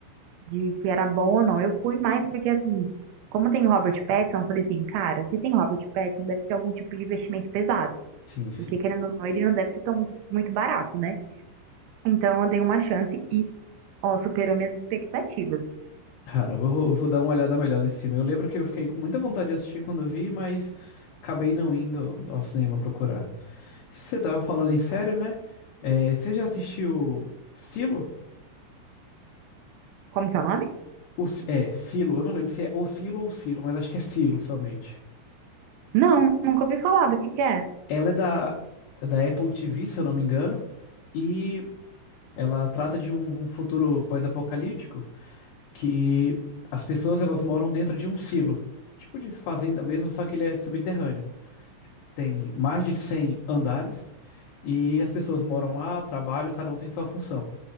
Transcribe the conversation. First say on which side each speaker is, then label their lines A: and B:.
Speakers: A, on the right; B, on the left.
A: de se era bom ou não. Eu fui mais porque, assim, como tem o Robert Pattinson, eu falei assim, cara, se tem Robert Pattinson, deve ter algum tipo de investimento pesado.
B: Sim, sim.
A: Porque, querendo ou não, ele não deve ser tão muito, muito barato, né? Então, eu dei uma chance e, ó, superou minhas expectativas.
B: Caramba, eu vou, eu vou dar uma olhada melhor nesse filme. Eu lembro que eu fiquei com muita vontade de assistir quando vi, mas acabei não indo ao cinema procurar. Você tava falando em série, né? É, você já assistiu Silo?
A: Como que é o nome?
B: O, Si- é, Silo. Eu não lembro se é O Silo ou Silo, mas acho que é Silo somente.
A: Não, nunca ouvi falar do que que é.
B: Ela é da, é da Apple TV, se eu não me engano, e ela trata de um um futuro pós-apocalíptico. que as pessoas elas moram dentro de um silo, tipo de fazenda mesmo, só que ele é subterrâneo. Tem mais de 100 andares e as pessoas moram lá, trabalham, cada um tem sua função.